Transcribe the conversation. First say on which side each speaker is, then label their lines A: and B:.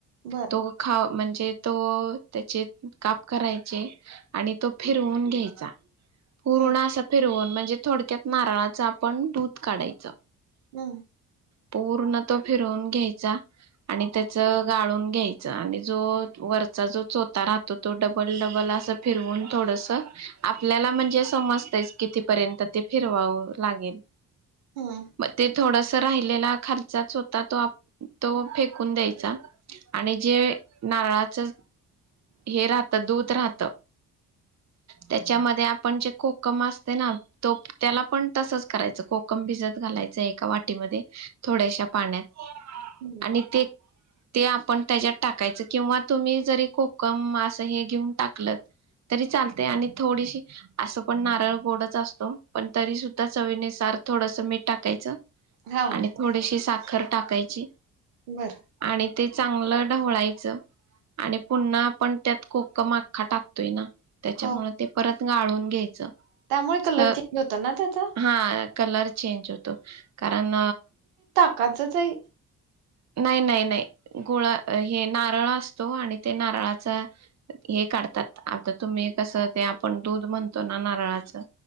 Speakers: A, on the right (about 70°); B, on the right (about 35°).
A: बरं
B: तो खाव म्हणजे तो त्याचे काप करायचे. आणि तो फिरवून घ्याय चा पूर्ण
A: हं
B: असा फिरवून म्हणजे थोडक्यात नारळाचा आ पण दूध काढायचं.
A: हम्म
B: पूर्ण तो फिरवून घ्यायचा आणि त्याचं गाळून घ्यायचं आणि जो वरचा जो चोथ राहतो तो डबल डबल असं फिरवून थोडस आपल्याला म्हणजे समजतच कितीपर्यंत ते फिरवावं लागेल.
A: हं
B: म ते थोडस राही खर्चाच होता तो तो फेकून द्यायचा आणि जे नारळाच हे राहत दूध राहत त्याच्यामध्ये आपण जे कोकम असते ना तो त्याला पण तसच करायचं कोकम भिजत घालायचं एका वाटीमध्ये थोड्याश्या पाण्यात आणि
A: हं.
B: ते ते आपण त्याच्यात टाकायच किंवा तुम्ही जरी कोकमअसं हे घेऊन टाकल तरी चालते आणि थोडीशी असं पण नारळ गोडच असतो. पण तरी सुद्धा चवीनुसार थोडस मीठ टाकायचं.
A: हां,
B: आणि थोडीशी साखर. खर टाकायची.
A: बरं.
B: आणि ते चांगलं ढवळायचं आणि पुन्हा आपण त्यात खूप कोकम अख्खा टाकतोय ना. त्याच्यामुळे
A: हो.
B: ते परत गाळून घ्यायचं.
A: त्यामुळे कलर
B: तर
A: चेंज होतो ना त्याचा.
B: हा कलर चेंज होतो. कारण
A: काच च आहे
B: नाही नाही नाही गोळा हे नारळ असतो आणि ते नारळाचा हे काढतात आता तुम्ही कसं ते आपण दूध म्हणतो ना नारळाचं.